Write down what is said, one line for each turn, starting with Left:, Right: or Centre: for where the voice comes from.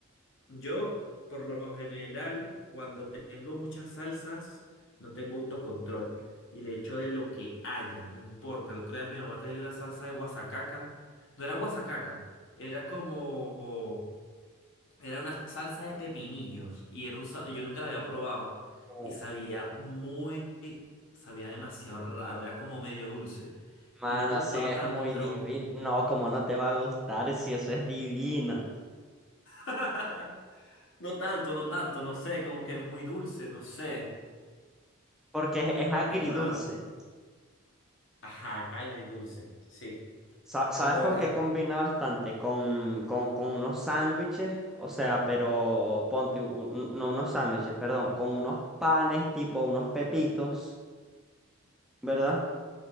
Left: yo, por lo general, cuando tengo muchas salsas, no tengo autocontrol. Y le echo de lo que haya, no importa. El otro día mi mamá tenía una salsa de guasacaca. No era guasacaca, era como era una salsa de pepinillos y era un, sa- yo nunca la había probado
Centre: <laughs>
Left: y sabía muy, sabía demasiado raro, era como medio dulce
Centre: Mano,
Left: y no me gustaba
Centre: sí, es
Left: tanto,
Centre: muy
Left: pero
Centre: divino.
Left: aún-
Centre: No, como no te va a gustar si eso es divino.
Left: <laughs> no tanto, no tanto, no sé, como que muy dulce, no sé,
Centre: Porque es, es agridulce.
Left: es raro. Ajá, es agridulce, sí.
Centre: Sa-
Left: Como
Centre: ¿Sabes con
Left: el...
Centre: qué
Left: ja-
Centre: combina bastante? Con, con, con unos sándwiches, o sea, pero ponte, un- un- no unos sándwiches, perdón, con unos panes tipo unos pepitos, ¿verdad?